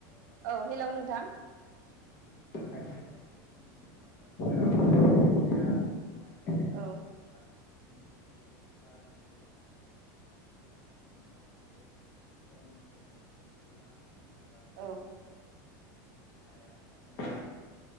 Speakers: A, on the left; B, on the right.
A: गायनो
B: औ
A: फोंबाय
B: हेलौ नोंथां
A: <unintelligible> खायसे खायसे जोंनि आबादफोराव खायसे खायसेया माइ
B: औ
A: उ <unintelligible> बिदि हासार मुलि बाहायखायो मानो होनब्ला बिथांमोना बुङोदिे हासार मुलि बाह नायफायोब्ला बिदिनो
B: औ
A: माइआ थाबनो